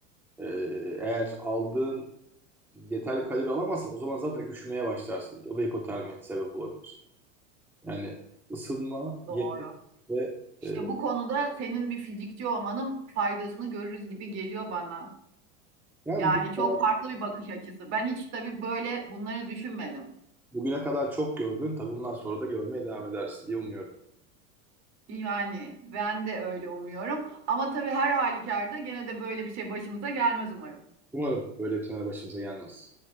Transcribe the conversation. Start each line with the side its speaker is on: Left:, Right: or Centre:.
Centre: e, eğer aldığın yeterli kalori alamazsan o zaman zaten üşümeye başlarsın. O da hipotermiye sebep olabilir. Yani ısınma,
Right: Doğru.
Centre: yemek ve
Right: İşte
Centre: e,
Right: bu konuda senin bir fizikçi olmanın faydasını görürüz gibi geliyor bana.
Centre: yani
Right: Yani
Centre: bugüne
Right: çok
Centre: kadar,
Right: farklı bir bakış açısı. Ben hiç tabii böyle bunları düşünmedim.
Centre: bugüne kadar çok gördün. Tabii bundan sonra da görmeye devam edersin diye umuyorum.
Right: Yani ben de öyle umuyorum. Ama tabii her halükarda gene de böyle bir şey başımıza gelmez umarım.
Centre: Umarım böyle bir senaryo başımıza gelmez.